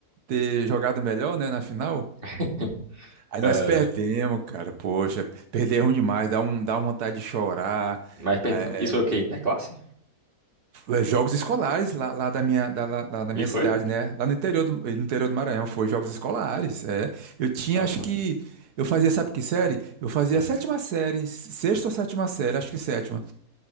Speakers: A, on the right; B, on the right.
A: ter jogado melhor, né, na final.
B: <laughs>
A: Aí
B: Cara.
A: nós perdemos, cara. Poxa, perder é demais, dá um, dá uma vontade de chorar.
B: Mas perde-
A: É,
B: isso foi o quê? Interclasse?
A: é. é, Jogos escolares lá, lá da minha, da, lá, lá na minha
B: E
A: cidade,
B: foi?
A: né? Lá no interior do, no interior do Maranhão, foi jogos escolares. É. Eu tinha,
B: Top,
A: acho
B: né?
A: que. Eu fazia, sabe que série? Eu fazia
B: Hum,
A: a sétima série, sexta ou sétima série, acho que sétima.